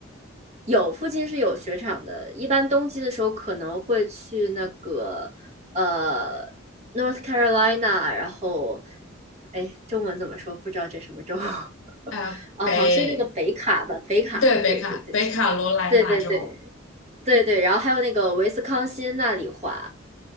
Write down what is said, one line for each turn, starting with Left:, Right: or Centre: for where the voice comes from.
Right: 有附近是有雪场的，一般冬季的时候可能会去那个呃 North Carolina，然后哎，中文怎么说？不知道这什么州 <laughs>
Left: 哎呀北
Right: 哦，好像是那个北卡吧，北卡，
Left: 对，北卡北卡罗来纳州，
Right: 对对对对对对对对，然后还有那个维斯康辛那里滑，